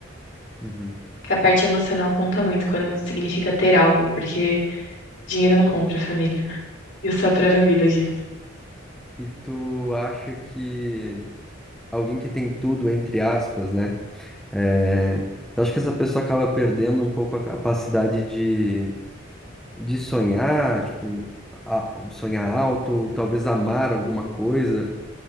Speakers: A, in the centre; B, on the left.
A: Uhum.
B: Que a parte emocional conta muito quando significa ter algo, porque dinheiro não compra família. E eu sou a prova viva disso.
A: E tu acha que alguém que tem tudo, entre aspas, né? É... Tu acha que essa pessoa acaba perdendo um pouco a capacidade de, de sonhar, tipo, a- sonhar alto, ou talvez amar alguma coisa?